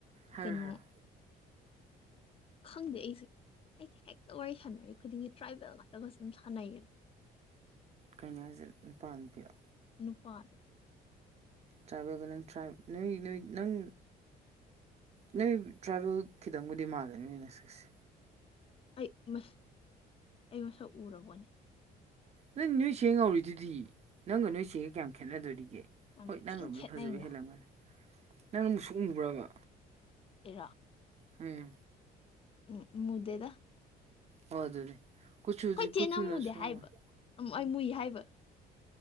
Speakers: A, on the right; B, on the left.
A: ꯍꯥꯏꯔꯣ
B: ꯀꯩꯅꯣ
A: ꯍꯥꯏꯔꯣ
B: ꯈꯪꯗꯦ ꯑꯩꯁꯦ ꯑꯩꯗꯤ ꯍꯦꯛꯇ ꯋꯥꯔꯤ ꯁꯥꯟꯅꯔꯤ ꯈꯨꯗꯤꯡꯒꯤ ꯇ꯭ꯔꯥꯏꯕꯦꯜ ꯉꯥꯛꯇꯒ ꯁꯨꯝ ꯁꯥꯟꯅꯩꯌꯦꯕ
A: ꯀꯩꯅꯣ ꯍꯥꯏꯁꯦ ꯅꯨꯄꯥꯔꯣ ꯅꯨꯄꯤꯔꯣ
B: ꯅꯨꯄꯥꯗ
A: ꯇ꯭ꯔꯥꯏꯕꯦꯜꯒ ꯅꯪ ꯇ꯭ꯔꯥꯏꯕ ꯅꯣꯏ ꯅꯣꯏ ꯅꯪ ꯅꯣꯏ ꯇ꯭ꯔꯥꯏꯕꯦꯜ ꯈꯤꯇꯪꯕꯨꯗꯤ ꯃꯥꯜꯂꯦ ꯅꯣꯏ ꯅꯥꯁꯛꯁꯦ
B: ꯑꯩꯠ <unintelligible> ꯑꯩ ꯃꯁꯛ ꯎꯔꯕꯣꯅꯦ
A: ꯅꯣꯏ ꯅꯣꯏ ꯆꯦ ꯉꯧꯔꯤꯗꯨꯗꯤ ꯅꯪꯒ ꯅꯣꯏ ꯆꯦꯒꯥ ꯀꯌꯥꯝ ꯈꯦꯠꯅꯗꯣꯔꯤꯒꯦ
B: ꯌꯥꯝ
A: ꯍꯣꯏ ꯅꯪꯅꯕꯨꯗꯤ
B: ꯊꯤꯅ ꯈꯦꯠꯅꯩꯉꯣ
A: ꯐꯖꯕ ꯍꯦꯜꯂꯝꯒꯅꯤ ꯅꯪꯗꯤ ꯃꯨꯁꯨꯛ ꯃꯨꯕ꯭ꯔꯕꯥ
B: ꯑꯩꯔꯣ
A: ꯍꯝ
B: ꯎꯝ ꯃꯨꯗꯦꯗ
A: ꯍꯣꯏ ꯑꯗꯨꯅꯤ ꯀꯨꯆꯨꯗꯨ
B: ꯈꯣꯏ
A: ꯀꯨꯆꯨꯅꯁꯨ
B: ꯆꯦꯅ ꯃꯨꯗꯦ
A: ꯉꯝꯒꯅꯤ.
B: ꯍꯥꯏꯕ ꯎꯝ ꯑꯩ ꯃꯨꯏ ꯍꯥꯏꯕ